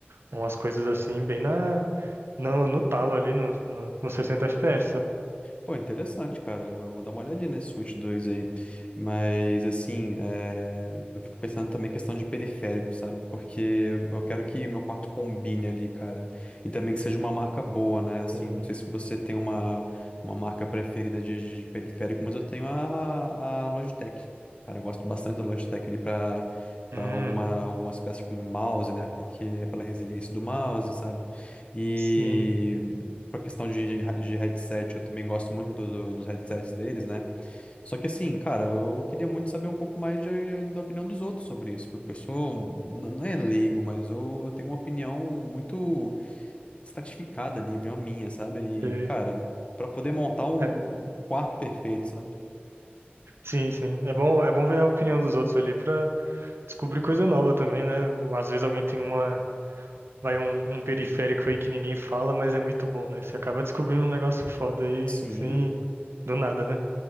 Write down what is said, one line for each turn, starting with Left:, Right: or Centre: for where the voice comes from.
Right: umas coisas assim, bem na, no, no talo ali, no, no, no 60 FPS. sabe?
Left: Pô, interessante, cara. Eu vou dar uma olhadinha nesse Switch 2 aí. Mas, assim, é, eu fico pensando também em questão de periférico, sabe? Porque eu eu quero que meu quarto combine ali, cara. E também que seja uma marca boa, né? Assim,
Right: Hum,
Left: não sei se você tem uma, uma marca preferida de, de periférico, mas eu tenho a, a Logitech. Cara, eu gosto bastante da Logitech ali pra,
Right: hum,
Left: pra alguma, algumas peças como mouse, né? Porque é pela resiliência do mouse, sabe? E.
Right: sim,
Left: Pra questão de, de headset, eu também gosto muito do- do- dos headsets deles, né? Só que assim, cara, eu queria muito saber um pouco mais de- da opinião dos outros sobre isso, porque eu sou, um, n- não é leigo, mas eu tenho uma opinião muito estratificada ali, opinião minha, sabe?
Right: é,
Left: E, cara, pra poder montar um,
Right: é,
Left: um quarto perfeito, sabe?
Right: sim, sim. É bom, é bom ver a opinião dos outros ali pra descobrir coisa nova também, né? Às vezes alguém tem uma, vai um, um periférico aí que ninguém fala, mas é muito bom, né? Você acaba descobrindo um negócio foda aí,
Left: Sim.
Right: sem, do nada, né?